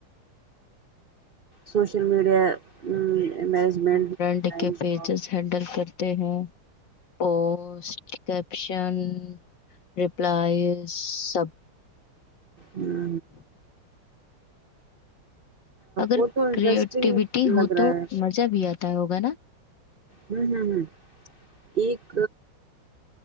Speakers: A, on the right; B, on the left.
A: سوشل میڈیا مینجمنٹ
B: برنڈ
A: آن
B: کے پیجز
A: جاب
B: ہینڈل کرتے ہیں پوسٹکپشن رپلائز سب
A: ہوں
B: ہ اگر
A: وہ تو انٹرسٹنگ
B: کریٹیوٹی ہو
A: لگ رہا
B: تو
A: ہے
B: مزہ بھی آتا ہوگا نا
A: ہوں ہوں ہوں ایک